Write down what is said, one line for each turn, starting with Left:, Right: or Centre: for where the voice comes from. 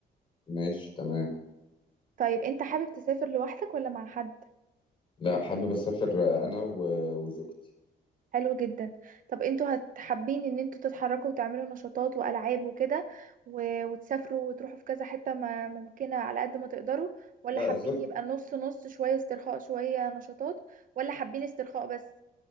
Left: ماشي تمام
Right: طيب انت حابب تسافر لوحدك ولا مع حد
Left: لا حابب اسافر انا و- وزوجتي
Right: حلو جدا طب انتوا هتحبين ان انتوا تتحركوا وتعملوا نشاطات والعاب وكده و- وتسافروا وتروحوا في كذا حتة ما ممكنة على قد ما تقدروا ولا
Left: لا
Right: حابين
Left: زوجتي
Right: يبقى نص نص شوية استرخاء شوية نشاطات ولا حابين استرخاء بس